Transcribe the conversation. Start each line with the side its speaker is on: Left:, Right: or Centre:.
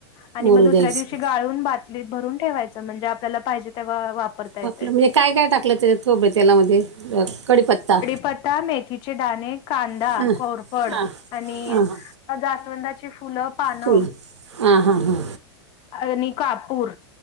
Left: आणि
Right: मोरू
Left: मग दुसऱ्या
Right: द्यायचं
Left: दिवशी गाळून बात भरून ठेवायचं म्हणजे आपल्याला पाहिजे तेव्हा वापरता येते.
Right: आपलं म्हणजे काय काय टाकलं ते खोबर तेलामध्ये कडीपत्ता
Left: पत्ता मेथी चे दणे कांदा
Right: हां
Left: कोरपड
Right: हां
Left: आणि
Right: हां हां
Left: जावंदाची फुलं पान
Right: फुलं हां हां हां
Left: आणि कापूर